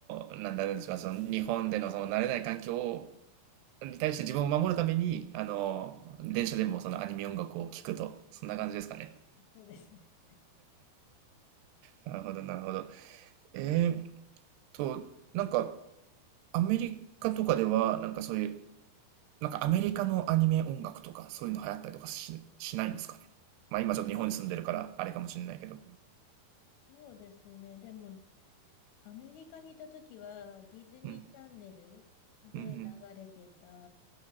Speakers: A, on the right; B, on the left.
A: の、なんだろうでしょう、その日本でのその慣れない環境を、に対して自分を守るために、あの、電車でもそのアニメ音楽を聴くと、そんな感じですかね。
B: そうですね。
A: なるほど、なるほど。えーっと、なんか、アメリカとかでは、なんかそういう、なんかアメリカのアニメ音楽とか、そういうの流行ったりとかし、しないんですかね。まあ今ちょっと日本に住んでるから、あれかもしれないけど。
B: そうですね。でもアメリカにいた時は、ディズニーチャンネルで流れてた、
A: うん、うん、うん。